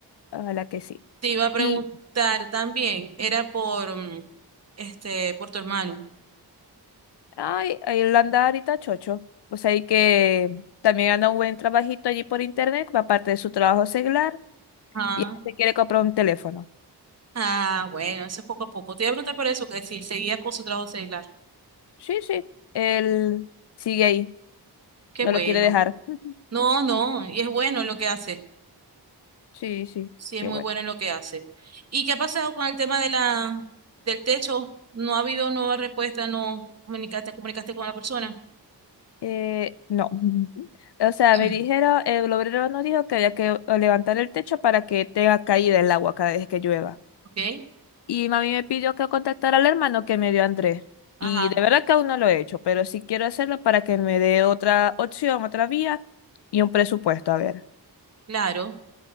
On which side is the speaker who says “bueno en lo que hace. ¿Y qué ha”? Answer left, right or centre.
Right